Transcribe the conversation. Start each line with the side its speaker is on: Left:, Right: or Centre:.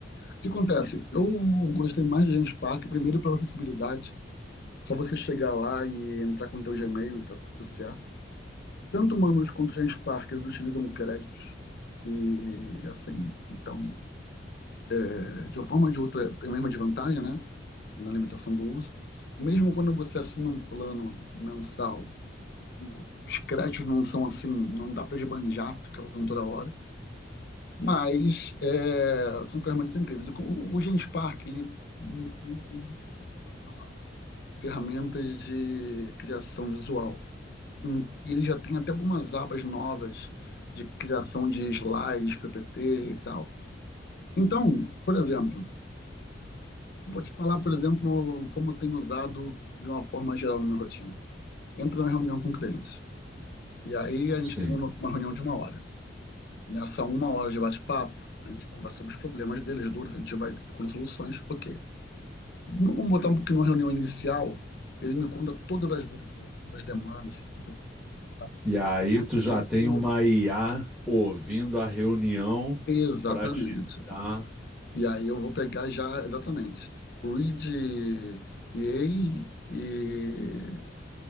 Left: O que acontece? Eu gostei mais de Gens Park, primeiro pela acessibilidade. Só você chegar lá e entrar com o teu Gmail e tá tudo certo. Tanto o Manus quanto o Gens Park, eles utilizam créditos. E assim, então, é, de uma forma ou de outra, tem a mesma desvantagem, né? na limitação do uso. Mesmo quando você assina um plano mensal, os créditos não são assim, não dá para esbanjar, fica usando toda hora, mas é, são ferramentas incríveis. O, o Genspark, ele, tem, ele utiliza melhor ferramentas de criação visual. Hum, E ele já tem até algumas abas novas de criação de slides, PPT e tal. Então, por exemplo, Vou te falar, por exemplo, como eu tenho usado de uma forma geral na minha rotina. Entro na reunião com clientes. E aí a gente
Centre: Sim.
Left: tem uma uma reunião de uma hora. Nessa uma hora de bate-papo, a gente conversa sobre os problemas deles, dores, a gente vai procurando soluções, ok. No- Vamos botar um pouquinho na reunião inicial, ele me conta todas as dores dele, todas as demandas que precisa, sabe?
Centre: E aí tu
Left: ajuda
Centre: já
Left: aquilo.
Centre: tem uma IA ouvindo a reunião
Left: Exatamente.
Centre: para te dar
Left: E aí eu vou pegar já, exatamente, read e EA e